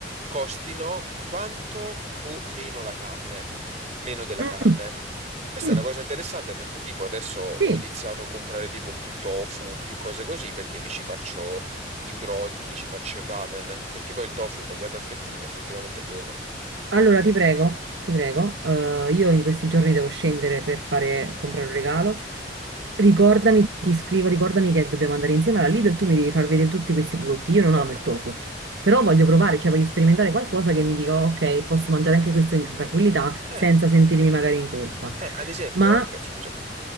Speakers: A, on the right; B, on the right.
A: costino quanto o meno la carne, meno della
B: Mm,
A: carne.
B: mm.
A: Questa
B: Mm.
A: è una cosa interessante perché tipo adesso ho
B: Sì,
A: iniziato a comprare tipo più tofu, più cose così perché mi ci faccio i brodi, mi ci faccio il ramen, perché poi il tofu tagliato a fettine è effettivamente è buono.
B: allora ti prego, ti prego. eh, io in questi giorni devo scendere per fare, comprare un regalo. Ricordami, ti scrivo, ricordami che dobbiamo andare insieme alla Lidl, tu mi devi far vedere tutti questi prodotti. Io non
A: Ah,
B: amo il tofu, però voglio provare, cioè voglio sperimentare qualcosa che mi dica, ok, posso mangiare anche questo in tranquillità
A: eh,
B: senza sentirmi magari in colpa.
A: eh, ad esempio
B: Ma,
A: anche, scusa,